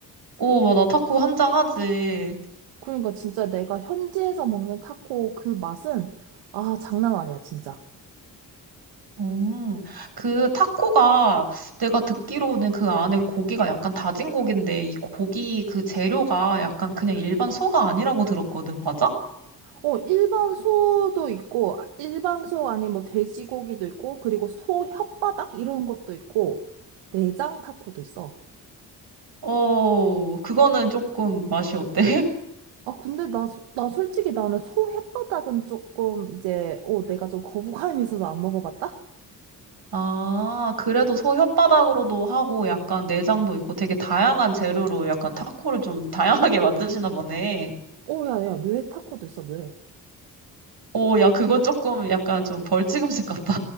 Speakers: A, on the right; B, on the right.
A: 오, 맞아. 타코 한장하지.
B: 그러니까 진짜 내가 현지에서 먹는 타코 그 맛은, 아, 장난 아니야, 진짜.
A: 음, 그 타코가 내가 듣기로는 그 안에 고기가 약간 다진 고기인데 이 고기 그 재료가 약간 그냥 일반 소가 아니라고 들었거든. 맞아?
B: 어, 일반 소도 있고, 일반 소 아니 뭐 돼지고기도 있고, 그리고 소 혓바닥 이런 것도 있고, 내장 타코도 있어.
A: 어, 그거는 조금 맛이 어때?
B: 아, 근데 나, 소- 나 솔직히 나는 소 혓바닥은 조금 이제, 어, 내가 좀 거부감이 있어서 안 먹어봤다?
A: 아, 그래도 소 혓바닥으로도 하고 약간 내장도 있고 되게 다양한 재료로 약간 타코를 좀 다양하게 <laughs> 만드시나 보네.
B: 어, 야, 야, 뇌 타코도 있어, 뇌.
A: 오, 야, 그거 조금 약간 좀 벌칙음식 같다.